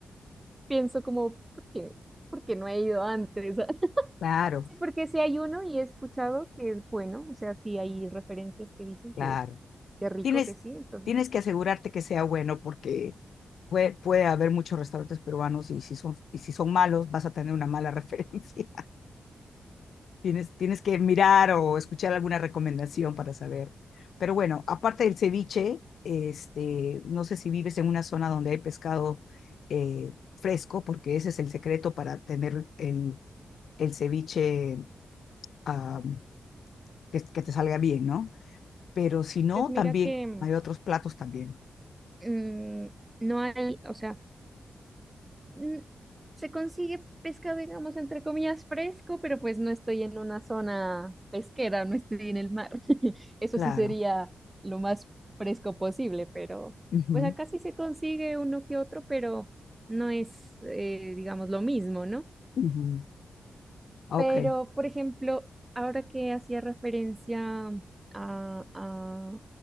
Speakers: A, on the right (about 15°); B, on the left (about 75°).
A: pienso como, ¿por qué? ¿Por qué no he ido antes? <laughs>
B: Claro,
A: Sí, porque sí hay uno y he escuchado que es bueno, o sea, sí hay referencias que dicen
B: claro.
A: que, que rico,
B: Tienes,
A: que sí, entonces,
B: tienes que asegurarte que sea bueno porque puede, puede haber muchos restaurantes peruanos y si son, y si son malos vas a tener una mala <laughs> referencia. Tienes, tienes que mirar o escuchar alguna recomendación para saber. Pero bueno, aparte del ceviche, este, no sé si vives en una zona donde hay pescado eh, fresco, porque ese es el secreto para tener el, el ceviche ah, que, que te salga bien, ¿no? Pero si no,
A: pues mira
B: también
A: que
B: hay otros platos también.
A: mm, no hay, o sea... mm, se consigue pescado, digamos, entre comillas, fresco, pero pues no estoy en una zona pesquera, no estoy en el mar. <laughs> Eso
B: Claro.
A: sí sería lo más fresco posible, pero
B: Ujú.
A: pues acá sí se consigue uno que otro, pero no es, eh, digamos, lo mismo, ¿no?
B: Ujú, Ok.
A: Pero, por ejemplo, ahora que hacía referencia a, a,